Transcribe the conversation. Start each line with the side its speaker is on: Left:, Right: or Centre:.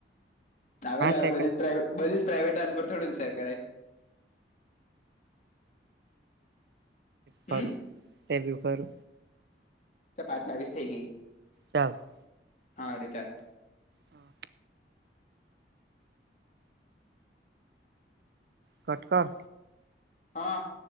Left: આવેલા
Right: સેકન્ડ
Left: બધી જ પ્ર બધી જ પ્રાઈવેટ પર થોડું સેર કરાય
Right: કરુ
Left: હમ
Right: તેવુ કરુ
Left: ચલ પાંચ બાવીસ થઈ ગઈ
Right: ચાલ
Left: હારુ ચાલ
Right: હા કટકર
Left: હા